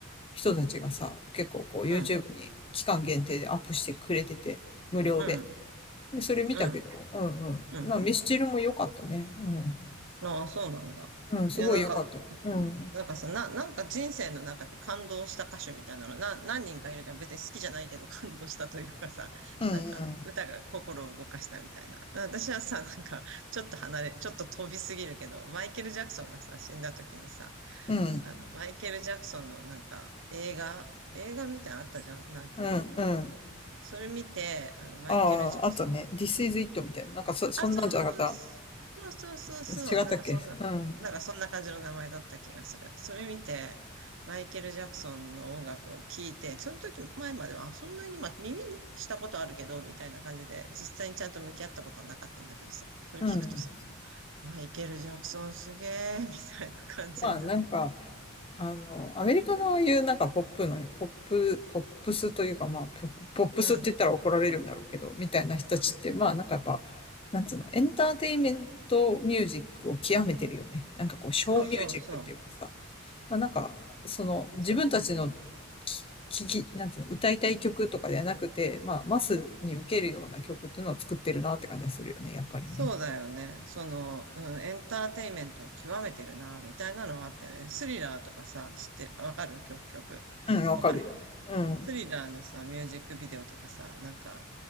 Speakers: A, on the left; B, on the right.
A: 人たちがさ、結構こう、YouTube
B: うん、
A: に期間限定でアップしてくれてて、無料で。
B: う
A: で、それ見たけど、
B: ん、
A: うんうん。
B: うん。
A: まあ、ミスチルも良かったね。うん。
B: ああ、そうなんだ。
A: うん、すごい良かった。
B: いや、なんか
A: うん。
B: なんかさ、な、なんか人生の中で感動した歌手みたいなの、な、何人かいるじゃん。別に好きじゃないけど感動したというかさ、<laughs>
A: うん
B: なんか歌が心を動かしたみたいな。私はさ、なんかちょっと離れ、ちょっと飛びすぎるけど、マイケル・ジャクソンがさ、死んだ時にさ、
A: うん。うん。
B: あの、マイケル・ジャクソンのなんか映画、映画みたいなのあったじゃん。なんか、
A: うんうん。
B: それ見て、あの、マイケル・
A: ああ、
B: ジャクソン、
A: あとね。This is it みたいな。なんかそ、そんなんじゃなかっ
B: あ、そう、そうそうそうそう、
A: た。違ったっけうん。
B: なんかそんな、なんかそんな感じの名前だった気がする。それ見て、マイケル・ジャクソンの音楽を聴いて、その時前までは、あそんなに、まあ、耳にしたことあるけど、みたいな感じで、実際にちゃんと向き合ったことはなかったんだけどさ、それ聞くとさ、
A: うん。
B: マイケル・ジャクソンすげー、みたいな感じになって。
A: まあなんか、あの、アメリカのいうなんかポップの、ポップ、ポップスというかまあ、ポポップスって言ったら怒られるんだろうけど、
B: うん、
A: みたいな人たちって、
B: うん。
A: まあなんかやっぱ、なんつうの、エンターテインメントミュージックを極めてるよね。なんかこう、ショーミュージックっていうかさ、
B: そうそうそ
A: まあ、なんか、その、
B: う。
A: 自分たちの
B: そう
A: き、聞き、なんつうの、歌いたい曲とかではなくて、まあ、マスに受けるような曲っていうのを作ってるなって感じがするよね、やっぱりね。
B: そうだよね。その、うん、エンターテインメントを極めてるな、みたいなのはあってね。スリラーとかさ、知ってる、わかる曲、曲。
A: うん、わかるよ。
B: わかるよね。
A: うん。
B: スリラーのさ、ミュージックビデオとかさ、なんか、